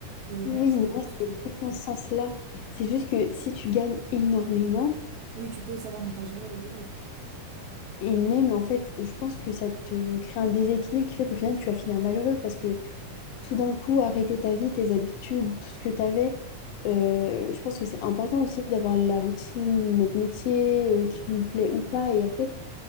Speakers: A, on the right; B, on the left.
A: Et
B: Oui,
A: même si
B: mais
A: tu
B: moi,
A: penses que...
B: c'est pas dans ce sens-là. C'est juste que si tu gagnes énormément,
A: Oui, tu peux savoir ne pas gérer, oui, oui.
B: et même en fait, je pense que ça te crée un déséquilibre qui fait qu'au final, tu vas finir malheureux parce que tout d'un coup arrêter ta vie, tes habitudes, tout ce que tu avais. Euh, je pense que c'est important aussi d'avoir la routine, notre métier, euh, qui nous plaît ou pas. Et en fait,